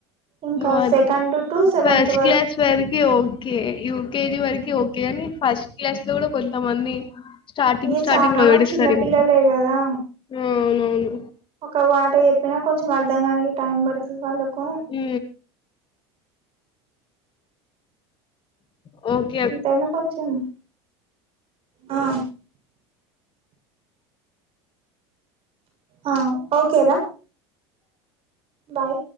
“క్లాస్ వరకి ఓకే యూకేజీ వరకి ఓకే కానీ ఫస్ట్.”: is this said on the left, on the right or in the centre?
Left